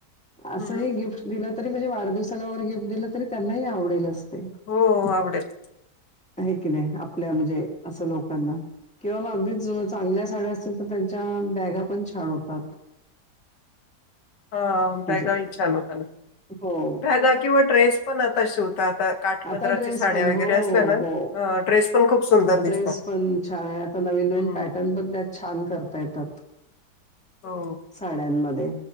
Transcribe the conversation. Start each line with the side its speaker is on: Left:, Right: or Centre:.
Centre: असंही
Left: हम्म
Centre: गिफ्ट दिलं तरी म्हणजे वाढदिवसाला वगैरे गिफ्ट दिलं तरी त्यांनाही आवडेलच.
Left: हो आवडेल.
Centre: हे की नाही, आपल्या म्हणजे असं लोकांना किंवा मग अगदीच चांगल्या साड्या अस तील तर त्यांच्या बॅगा पण छान होतात.
Left: हा,
Centre: म्हणजे
Left: बॅगा ही छान होता ना,
Centre: हो.
Left: बॅगा किंवा ड्रेस पण आता शिवता आता काठपदराची
Centre: आता ड्रेस
Left: साड्या
Centre: पण हो
Left: वगैरे
Centre: हो
Left: असल्या ना
Centre: हो
Left: हा ड्रेस पण खूप सुंदर दिसतात
Centre: ड्रेस पण छान आहे, आता नवीन नवीन
Left: हम्म
Centre: पॅटर्न पण त्यात छान करता येतात.
Left: हो
Centre: साड्यांमध्ये